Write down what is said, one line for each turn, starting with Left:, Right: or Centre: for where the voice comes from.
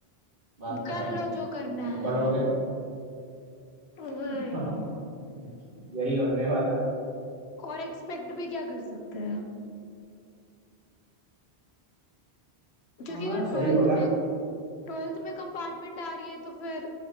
Right: बात खत्म
Left: कर लो जो करना
Right: नहीं
Left: है
Right: पढ़ोगे
Left: अब वही
Right: <laughs> <laughs> यही होने वाला है
Left: और एक्सपेक्ट भी क्या कर सकते हैं क्योंकि
Right: हाँ
Left: अगर
Right: सही
Left: ट्वेल्थ
Right: बोला
Left: में ट्वेल्थ में कंपार्टमेंट आ रही है तो फिर